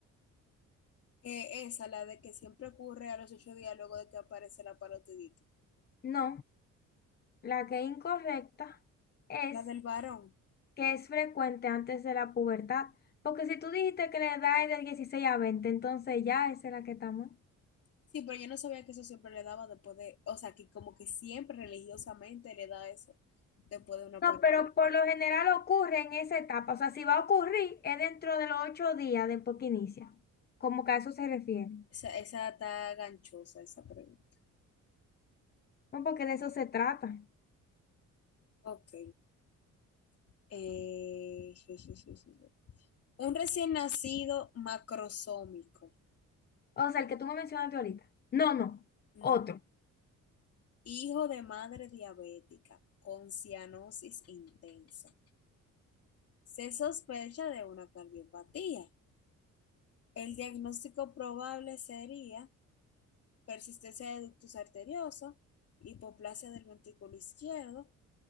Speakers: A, on the left; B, on the left.
A: eh, esa, la de que siempre ocurre a los ocho días luego de que aparece la parotidita.
B: No, la que es incorrecta es
A: La del varón.
B: que es frecuente antes de la pubertad. Porque si tú dijiste que la edad es de 16 a 20, entonces ya esa es la que estamos.
A: Sí, pero yo no sabía que eso siempre le daba después de, o sea, que como que siempre religiosamente le da eso después de una
B: No,
A: partida.
B: pero por lo general ocurre en esa etapa. O sea, si va a ocurrir, es dentro de los ocho días después que inicia. Como que a eso se refiere.
A: Esa, esa está ganchosa, esa pregunta.
B: No, porque de eso se trata.
A: Ok. Eh, je, je, je, je, je. Un recién nacido macrosómico.
B: O sea, el que tú me mencionaste ahorita. No, no.
A: No.
B: Otro.
A: Hijo de madre diabética con cianosis intensa. Se sospecha de una cardiopatía. El diagnóstico probable sería persistencia de ductus arterioso, hipoplasia del ventrículo izquierdo,